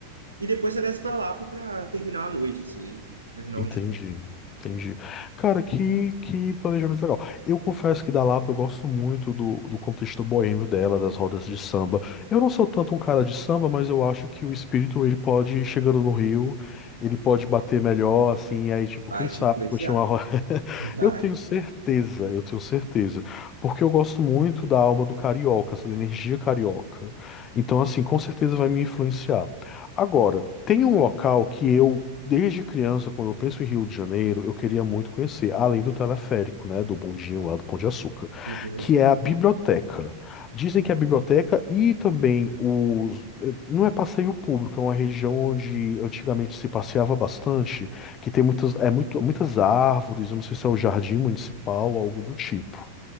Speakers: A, on the right (about 80°); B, on the left (about 30°).
A: E depois você desce pra Lapa pra terminar a noite, assim, terminar
B: Entendi,
A: o dia.
B: entendi. Cara, que, que planejamento legal. Eu confesso que da Lapa eu gosto muito do, do contexto boêmio dela, das rodas de samba. Eu não sou tanto um cara de samba, mas eu acho que o espírito ele pode, chegando no Rio, ele pode bater melhor, assim, e aí, tipo,
A: Vai
B: quem sabe,
A: te influenciar.
B: curtir uma roda. <laughs>
A: Vai.
B: Eu tenho certeza, eu tenho certeza. Porque eu gosto muito da alma do carioca, essa energia carioca. Então, assim, com certeza vai me influenciar. Agora, tem um local que eu, desde criança, quando eu penso em Rio de Janeiro, eu queria muito conhecer, além do teleférico, né, do bondinho lá do Pão de Açúcar,
A: Uhum.
B: que é a biblioteca. Dizem que é a biblioteca e também os... Não é passeio público, é uma região onde antigamente se passeava bastante, que tem muitas, é muito, muitas árvores, eu não sei se é o jardim municipal, algo do tipo.